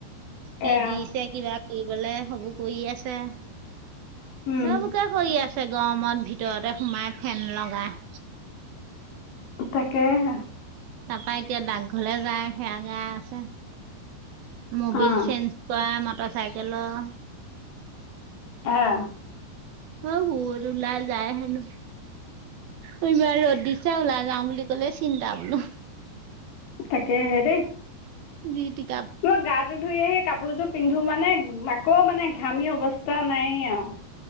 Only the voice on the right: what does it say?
কি
দিছে কিবা কৰি? গ'লে সবো কৰি আছে।
এ বোকে কৰি আছে গৰমত ভিতৰতে সোমাই ফেন লগাই।
তাৰপা এতিয়া ডাকঘৰলে যায় সেৰাঙে আছে মবিল
চেঞ্জ কৰা মটৰ চাইকেলৰ
অ', বোৰ ওলাই যায় হেনো। কবা ৰ'দ দিছোই ওলাই যাওঁ বুলি ক'লে চিন্তা বোলো।
দিক <unintelligible>